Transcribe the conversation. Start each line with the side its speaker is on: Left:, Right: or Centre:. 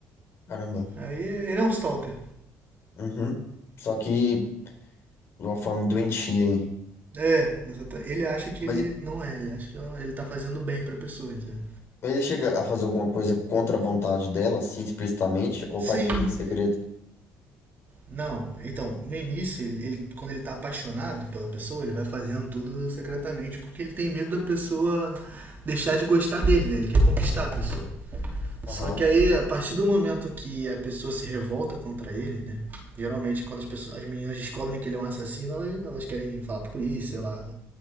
Left: caramba.
Right: Aí ele é um stalker.
Left: Uhum. Só que de uma forma doentia, hein?
Right: É, exata- ele acha que
Left: Mas,
Right: ele não é, ele acha que é um- ele tá fazendo bem pra pessoa, entendeu?
Left: mas ele chega a fazer alguma coisa contra a vontade dela, assim, explicitamente, ou
Right: Sim,
Left: faz tudo em segredo?
Right: Não, então, no início, ele, ele- quando ele tá apaixonado pela pessoa, ele vai fazendo tudo secretamente porque ele tem medo da pessoa deixar de gostar dele, né? Ele quer conquistar a pessoa.
Left: Aham,
Right: Só que aí, a partir do momento que a pessoa se revolta contra ele, né? Geralmente, quando as, pessoas, as meninas descobrem que ele é um assassino, elas, elas querem falar pra polícia, sei lá.